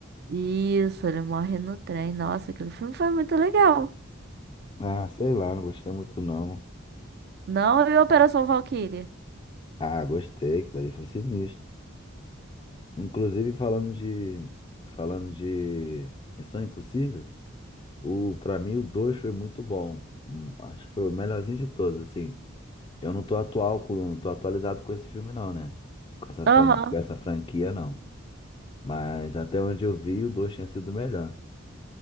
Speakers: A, on the right; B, on the left.
A: Isso, ele morre no trem. Nossa, aquele filme foi muito legal.
B: Ah, sei lá, não gostei muito não.
A: Não viu Operação Valkyrie?
B: Ah, gostei, aquilo ali foi sinistro. Inclusive, falando de. Falando de Missão Impossível, o, pra mim o 2 foi muito bom. Hum, Acho que foi o melhorzinho de todos, assim. Eu não tô atual com, não tô atualizado com esse filme, não, né? Com essa,
A: Aham.
B: fran- com essa franquia, não. Mas até onde eu vi, o 2 tinha sido melhor.